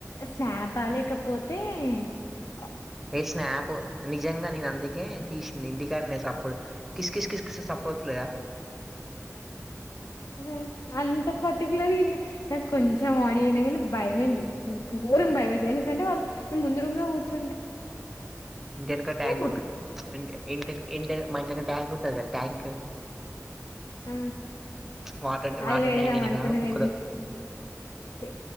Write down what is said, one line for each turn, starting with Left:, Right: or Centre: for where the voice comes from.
Left: స్నాప లేకపోతే ఆ
Centre: ఏ స్నాప్ నిజంగా నేను అందుకే తీసింది ఇంటికన్నే సప్పుడు కిస్ కిస్ కిస్ కిస్ స్ సప్పుడు వస్తలేదా
Left: అ అంతా పర్టికులర్ ఇన్నా నాకు కొంచెం ఆడియో వినగానే భయమైంది. మ్ మ్ ఘోరంగా భయమైంది ఎందుకంటే వాళ్ళు ఈ ముందు రూమ్ లో కూర్చుంటే
Centre: ఇంటి వెనెక ట్యాంక్
Left: మొత్తం
Centre: ఉన్న ప్చ్, ఇంటె ఇంటివెనుక్ ఇంటి వెనక, మా ఇంట్లో ఇంక ట్యాంక్ ఉంటది. కదా ట్యాంక్
Left: ఆ,
Centre: ప్చ్ వాటర్డ్
Left: అది
Centre: వాటర్
Left: పెడదాం
Centre: ట్యాంక్ వెనకా
Left: అనుకునేది
Centre: కుక్కుడు
Left: ఏ